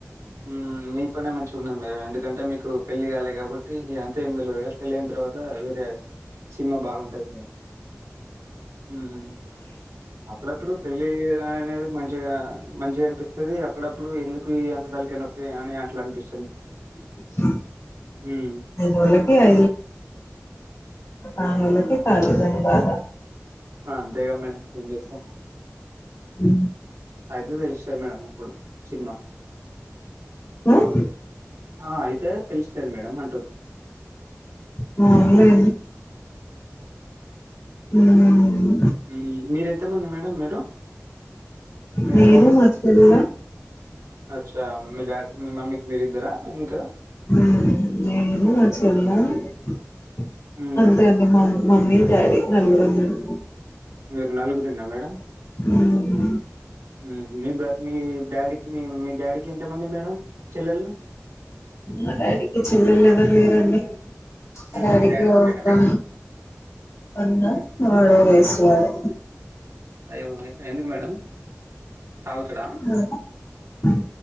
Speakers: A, on the right; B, on the left.
A: ఉమ్ మీ మీ పనే మంచిగున్నది మేడం ఎందుకంటే మీకు పెళ్లి కాలే కాబట్టి అంత ఏం తెల్వదు పెళ్ళైన్ తర్వాత్ అ వేరే సినిమా బాగుంటది మేడం హ్మ్మ్ అప్పుడప్పుడు పెళ్ళి అనేది మంచిగా మంచిగా అనిపిస్తది అప్పుడప్పుడు ఎందుకు ఈ అంత తలకాయ నొప్పి
B: <unintelligible>
A: హ్మ్.
B: వాళ్ళకి <unintelligible> ఆ ఆ హలో కాదు దన్వధ
A: ఆ అంతేగా మేడం ఏంచేస్తాం
B: హ్మ్మ్
A: ఐదు తె మేడం అప్పుడు సినిమా
B: ఆ
A: ఆ అయితే తెలుస్తది మామ్
B: అవునులేండి. హ్మ్.
A: హ్మ్మ్ మీరెంతమంది మేడం మీరు మీ
B: నేను
A: ఓన్
B: మా చెల్ల
A: అచ్చా మీ డాడి మీ మమ్మీకి మీరిద్దరా ఇంకా?
B: హ్మ్మ్ నేను మా చెల్లా అ <unintelligible>
A: హ్మ్.
B: అంతే అండి మా మమ్మీ డాడీ నలుగురం మేము
A: మీరు నలుగురు నేనా మేడం
B: హ్మ్.
A: హ్మ్మ్ మీ బా డాడీ కి మీ మమ్మీకి ఎంతమంది మేడం చెల్లెలు
B: మా డాడీకి చెల్లెలు ఎవరు లేరండి
A: హుహు.
B: డాడీకి
A: మీ డాడీ
B: ఓ
A: ఒక్కరేనా
B: అక్క
A: మేడం?
B: అన్న వాడో వేస్ డు గాడు
A: అయ్యో ఎందుకు మేడం తాగుతడా
B: హ్మ్మ్